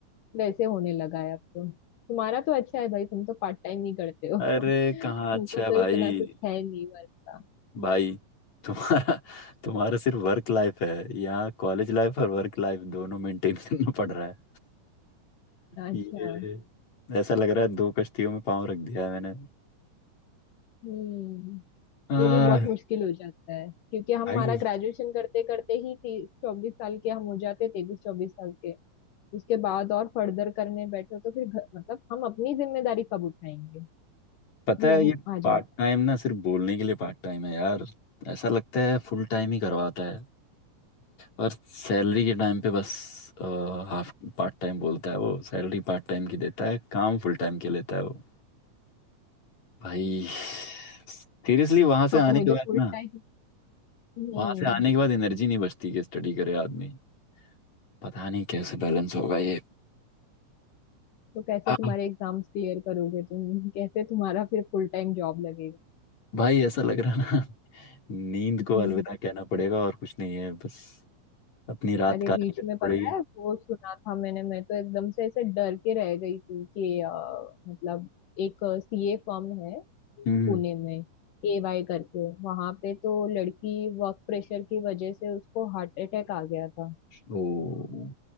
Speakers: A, on the left; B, on the left.
A: वैसे होने लगा है अब तो तुम्हारा तो अच्छा है भाई तुम तो पार्ट टाइम ही करते हो
B: अरे
A: <laughs> तुमको
B: कहाँ अच्छा है
A: तो
B: भाई
A: इतना कुछ है नहीं वर्क का
B: भाई तुम्हारा तुम्हारा सिर्फ वर्क लाइफ है यहाँ कॉलेज लाइफ और वर्क लाइफ दोनों मेंटेन <laughs> करना पड़ रहा है
A: अच्छा
B: ये ऐसा लग रहा है दो कश्तियों में पाँव रख दिया है मैंने
A: हम्म
B: आह,
A: ये भी बहुत मुश्किल हो जाता है क्योंकि हम
B: भाई
A: हमारा ग्रेजुएशन करते करते ही तीस चौबीस साल के हम हो जाते तेईस चौबीस साल के उसके बाद और फर्दर करने बैठो तो फिर घ- मतलब हम अपनी जिम्मेदारी कब उठाएंगे
B: पता
A: ये
B: है
A: अब
B: ये
A: आ जाता
B: पार्ट टाइम ना सिर्फ बोलने के लिए पार्ट टाइम है यार ऐसा लगता है फुल टाइम ही करवाता है और सैलरी के टाइम पे बस हाफ पार्ट टाइम बोलता है वो सैलरी पार्ट टाइम की देता है काम फुल टाइम के लेता है वो भाई सीरियसली वहां से
A: है।
B: आने
A: और मुझे
B: के बाद
A: फुल
B: ना
A: टाइम हम्म
B: वहां से आने के बाद एनर्जी नहीं बचती कि स्टडी करे आदमी पता नहीं कैसे बैलेंस होगा ये
A: तो कैसे
B: हाँ।
A: तुम्हारे एग्जाम्स क्लियर करोगे तुम कैसे तुम्हारा फिर फुल टाइम जॉब लगेगा
B: भाई ऐसा लग रहा ना नींद
A: <laughs> हम्म,
B: को अलविदा कहना पड़ेगा और कुछ नहीं है बस अपनी रात
A: अरे
B: काटी
A: बीच
B: करनी
A: में पता
B: पड़ेगी
A: है वो सुना था मैंने मैं तो एकदम से ऐसे डर के रह गई थी कि अ, मतलब एक सीए फर्म है
B: हम्म।
A: पुणे में एवाई करके वहां पे तो लड़की वर्क प्रेशर की वजह से उसको हार्ट अटैक आ गया था
B: ओ